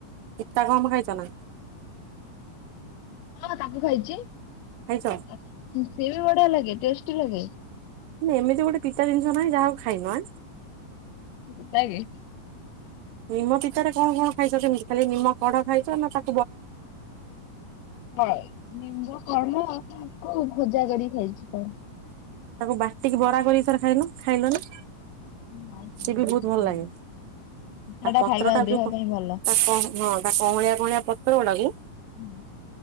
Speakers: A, on the right; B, on the left.
A: ପିତା କମ ଖାଇଛନା?
B: ହଁ ତାକୁ ଖାଇଛି ସେବି
A: ଖାଇଛ
B: ବଢିଆ ଲାଗେନ ଟେଷ୍ଟି ଲାଗାଇ
A: ନ ଏମିତି ଗୋଟେ ପିତା ଜିନିଷ ନାହିଁ ଯାହାକୁ ଖାଇନୁଁ
B: ସେ ଯକେ
A: ନିମ ପିତରେ କଣ କଣ ଖାଇଛ କେମିତି ଖାଲି ନିମ କଡ ଖାଇଛ ନା ତା
B: ହ ନିବୁ କରମା ହଉ ଭଜା କରିକ ଖାଇଛି କଣ
A: ତାକୁ ବାଟିକି ବରା କରିକି ସ ଖାଇଲ ଖାଇଲ ନା
B: ନାଇଁ ଖାଇନି,
A: ସ ବି ବହୁତ ଭଲ ଲାଗେ
B: ସେଟା
A: ତା ପତ୍ର
B: ଖାଇବା
A: ଟା
B: ଦେହ
A: ଯୋଉ
B: ପାଇଁ ଭଲ।
A: ତା ହଁ ତା କଁଳିଆ କଁଳିଆ ପ ହନା କି
B: ହୁଁ